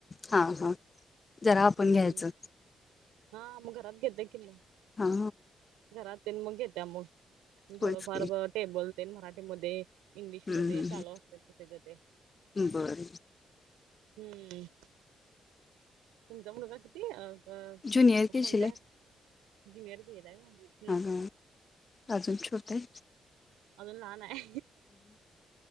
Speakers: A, on the left; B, on the right.
A: हा हा जरा आपण
B: हम्म
A: घ्यायचं
B: हा मग घरात घेते किन
A: हा
B: घरात तेन म घेत्या मग
A: होयच
B: थोडंफार
A: की
B: टेबल ते मराठीमध्ये इंग्लिशमध्येध्ये
A: हम्म
B: चालू असतेच्या ते
A: बरं
B: हम्म तुमचा मुण का किती अ
A: ज्युनियर केशीला
B: कोणत्या
A: आहे
B: जुनियर गला का
A: ह अजूनच्या ते
B: अजून लहान आय